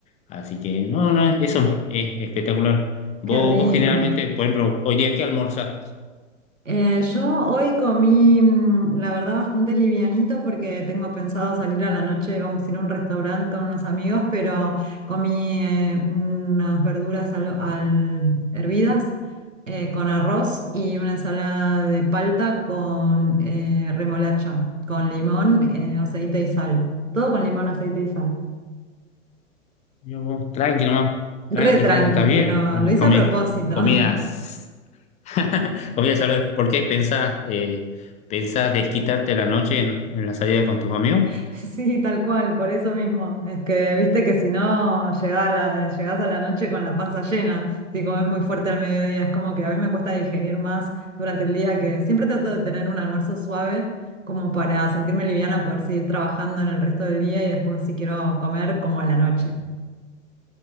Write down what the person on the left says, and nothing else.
Así que no, no, eso es espectacular. Vos,
vos generalmente, por ejemplo, hoy día, ¿qué almorzás?
Yo, vos, tranqui nomás, tranqui,
tranqui, está bien.
No me
comí
comidas
<laughs> Comidas saludables. ¿Por qué pensás, eh, pensás desquitarte la noche en, en la salida con tus amigos?